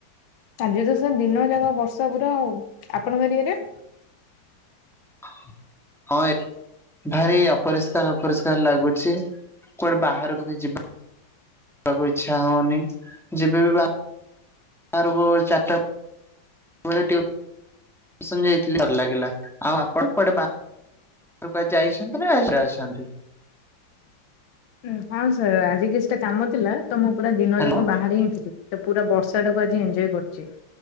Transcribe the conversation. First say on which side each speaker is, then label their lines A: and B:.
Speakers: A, on the left; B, in the centre.
A: ଆଜି ତ ସାର୍ ଦିନକ ଯାକ ବର୍ଷା ପୁରା ଆଉ। ଆପଣଙ୍କ ଏରିଆରେ?
B: ହଁ, ଏ ଭାରି ଅପରିଷ୍କାର ଅପରିଷ୍କାର ଲାଗୁଛି। କୁଆଡେ ବାହାରକୁ କି ଯିବ ବାକୁ ଇଚ୍ଛା ହଉନି। ଯେବେ ବି ବା ବାକୁ ଚାର ଟା ବେଳେ ଟ୍ୟୁ ସନ୍ ଯାଇଥିଲି ଡରଲାଗିଲା। ଆଉ ଆପଣ କୁଆଡେ ବା ଟ୍ରୁ ପା ଯାଇଛନ୍ତି ନା <unintelligible> ଅଛନ୍ତି।
A: ଉଁ ହଁ ସାର୍ ଆଜି କିଛିଟା କାମ ଥିଲା ତ ମୁଁ ପୁରା ଦିନ
B: ହ୍ୟାଲୋ
A: ଯାକ ବାହାରାରେ ହିଁ ଥିଲି। ସେ ପୁରା ବର୍ଷା ଟାକୁ ଆଜି ଏଞଜୟ କରିଛି।